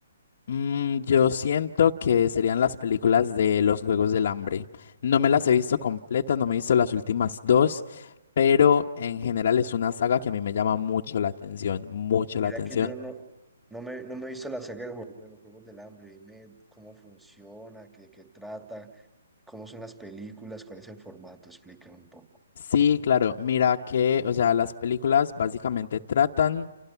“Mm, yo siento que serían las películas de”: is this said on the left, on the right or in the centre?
Left